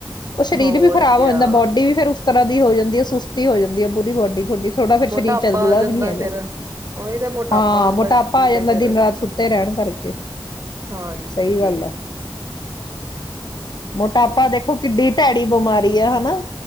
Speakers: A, on the left; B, on the right.
A: ਉਹ ਸਰੀਰ
B: ਹੋਰ
A: ਵੀ ਖਰਾਬ
B: ਕਿਆ
A: ਹੋ ਜਾਂਦਾ ਬੋਡੀ ਵੀ ਫੇਰ ਉਸ ਤਰ੍ਹਾਂ ਦੀ ਹੋ ਜਾਂਦੀ ਸੁਸਤੀ ਹੋ ਜਾਂਦੀ ਹੈ, ਪੂਰੀ ਬੋਡੀ ਤੇ ਥੋੜ੍ਹਾ ਫਿਰ
B: ਮੋਟਾਪਾ
A: ਸਰੀਰ ਚੱਲਦਾ
B: ਆ ਜਾਂਦਾ
A: ਵੀ ਨੀ ਹੈਗਾ।
B: ਫੇਰ ਉਹੀ ਤਾਂ ਮੋਟਾਪਾ
A: ਹਾਂ
B: ਹੁੰਦਾ
A: ਮੋਟਾਪਾ
B: ਸਰੀਰ
A: ਆ ਜਾਂਦਾ
B: ਤੇ ਫੇਰ
A: ਦਿਨ ਰਾਤ ਸੁੱ ਰਹਿਣ ਕਰਕੇ,
B: ਹਾਂਜੀ,
A: ਸਹੀ ਗੱਲ ਹੈ ਮੋਟਾਪਾ ਦੇ ਦੇਖੋ ਕਿੱਡੀ ਭੈੜੀ ਬਿਮਾਰੀ ਆ ਹਨਾ।